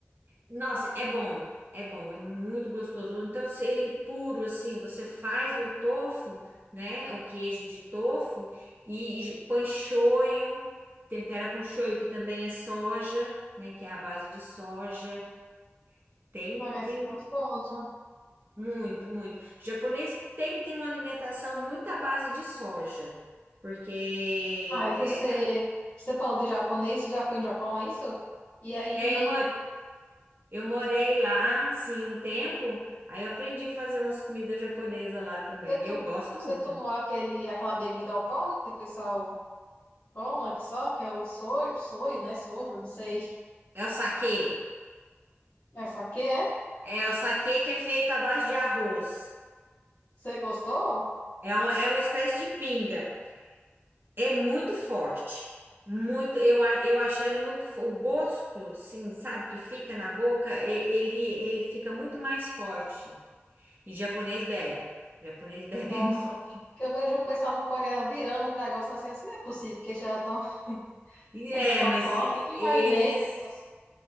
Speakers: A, on the right; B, on the left.
A: Nossa, é bom, é bom, é muito gostoso. Ou Então, se ele puro assim, você faz o tofu, né? O queijo de tofu e, e põe shoyu, tempera com shoyu, que também é soja, né? Que é a base de soja. Tem,
B: Parece
A: tem
B: gostoso.
A: Muito, muito. Japonês tem, tem uma alimentação muito à base de soja, porque
B: Aí
A: é,
B: você, você falou de japonês, você já foi no Japão, é isso? E aí,
A: é, eu, mo- eu morei lá, assim, um tempo, aí eu aprendi a fazer umas comidas japonesas lá também,
B: você, tu
A: e eu gosto
B: você
A: muito.
B: tomou aquele, aquela bebida alcoólica que o pessoal toma, que só, que é o soio, soio, né? Sojo, não sei.
A: É o saquê,
B: Essa aqui é?
A: é o saquê que é feito à base de arroz,
B: Você gostou?
A: é, um, é uma espécie de pinga, é muito forte, muito, eu, a- eu achei ela muito, fo- o gosto, assim, sabe, que fica na boca, e- ele, ele fica muito mais forte. E japonês bebe. Japonês bebe
B: Nossa,
A: <laughs> muito.
B: que eu vejo o pessoal no Coreia virando os negócios assim, assim, não é possível que já estão <laughs>
A: E
B: sem fofoca.
A: é, mas eles
B: Nunca imaginei que fosse.